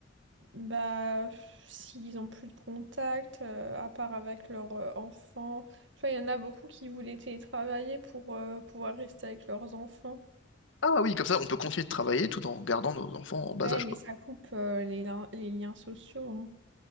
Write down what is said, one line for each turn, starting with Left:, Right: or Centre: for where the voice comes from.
Right: Bah pff, s'ils ont plus de contact, euh, à part avec leurs euh, enfants. Tu vois, il y en a beaucoup qui voulaient télétravailler pour euh, pouvoir rester avec leurs enfants.
Left: Ah oui, comme ça, on peut continuer de travailler tout en gardant nos enfants en bas
Right: Ouais,
Left: âge,
Right: mais
Left: quoi.
Right: ça coupe euh, les, lin- les liens sociaux.